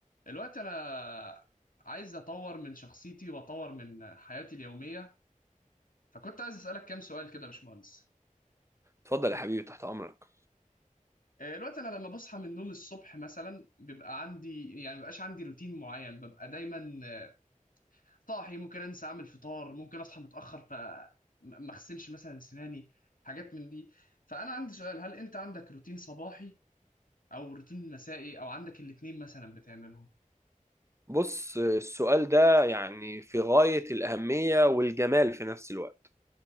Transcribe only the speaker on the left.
دلوقتي انا عايز اطور من شخصيتي واطور من حياتي اليوميه فكنت عايز اسالك كام سؤال كده يا باشمهندس
آه، دلوقتي انا لما بصحى من النوم الصبح مثلا بيبقى عندي يعني مبقاش عندي روتين معين ببقى دايما آه، صاحي ممكن انسى اعمل فطار ممكن اصحى متاخر فما اغسلش مثلا سناني حاجات من دي فانا عندي سؤال هل انت عندك روتين صباحي او روتين مسائي او عندك الاتنين مثلا بتعملهم